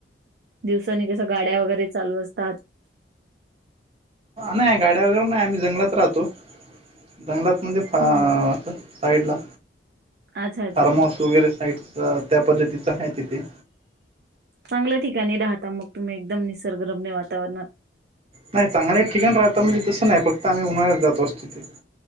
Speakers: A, on the right; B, on the right.
A: दिवसाने कस गाड्या वगैरे चालू असतात.
B: नाही गाड्या वगैरे नाही आम्ही जंगलात राहतो जंगलात. म्हणजे फ अस
A: हो
B: साईड ला
A: अच्छा अच्छा
B: र्मोस वगैरे साईड. अ त्या पद्धतीच आहे तिथे.
A: चांगल्या ठिकाणी राहता मग तुम्ही एकदम निसर्गरम्य वातावरणात
B: नाही चांगल्या ठिकाण राहता म्हणजे तसं नाही फक्त आम्ही उन्हाळ्यात जातो असतो ती